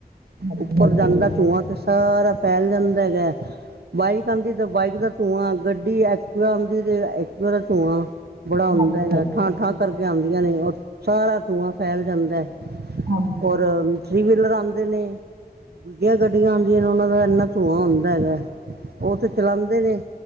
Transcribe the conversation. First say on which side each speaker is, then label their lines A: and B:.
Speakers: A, on the right (about 70°); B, on the right (about 80°).
A: ਹਾਂਜੀ
B: ਉੱਪਰ ਜਾਂਦਾ ਧੂੰਆਂ ਤੇ ਸਾਰਾ ਫੈਲ ਜਾਂਦਾ ਹੈਗਾ, ਬਾਈਕ ਆਂਦੀ ਤਾਂ ਬਾਈਕ ਦਾ ਧੂੰਆਂ ਗੱਡੀ, ਐ ਟੀਵਾ ਆਂਦੀ ਜੇ ਐਕਟਿਵਾ ਦਾ ਧੂੰਆਂ ਬੜਾ ਹੁੰਂਦਾ
A: ਹਾਂਜੀ ਹਾਂਜੀ
B: ਹੈਗਾ ਠਾਂ-ਠਾਂ ਕਰਕੇ ਆਉਂਦੀਆਂ ਨੇ ਔਰ ਸਾਰਾ ਧੂੰਆਂ ਫੈਲ ਜਾਂਦਾ
A: ਹਾਂਜੀ
B: ਔਰ ਥ੍ਰਰੀ ਵੀਲਰ ਆਂਦੇ ਨੇ ਦੂਜੀਆਂ ਗੱਡੀਆਂ ਆਂਦੀਆਂ ਨੇ ਉਨਾਂ ਦਾ ਇੰਨਾ ਧੂੰਆਂ ਹੁੰਦਾ ਹੈਗਾ। ਓ ਤੇ ਚਲਾਂਦੇ ਨੇ